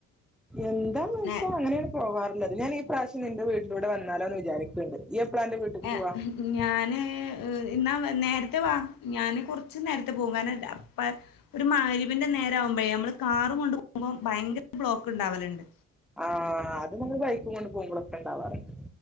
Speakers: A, in the centre; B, on the left.
A: എന്താ
B: നേ
A: അങ്ങനെയാണ് പോവാറുള്ളത് ഞാൻ ഈ പ്രാവശ്യം നിന്റെ വീട്ടിലൂടെ വന്നാലോ എന്ന് വിചാരിക്ക്‌ണ്ട് യ്യ് എപ്പളാന്റെ വീട്ട്ക്ക്
B: ഏ
A: പോവാ
B: ഞാന് ഇന്നാ നേരത്തെ വാ ഞാന് കുറച്ച് നേരത്തെ പോകും കാരണം അ പ്പം ഒരു മഗ്‌രിബിന്റെ നേരം ആകുമ്പോഴെ നമ്മള് കാർ കൊണ്ട് പോകുമ്പോൾ ഭയങ്കര ബ്ലോക്ക് ഉണ്ടാവലുണ്ട്
A: ആഹ് അത് നമ്മൾ ബൈക്കും കൊണ്ട് പോകുമ്പൊളൊക്കെ ഉണ്ടാവാർണ്ട്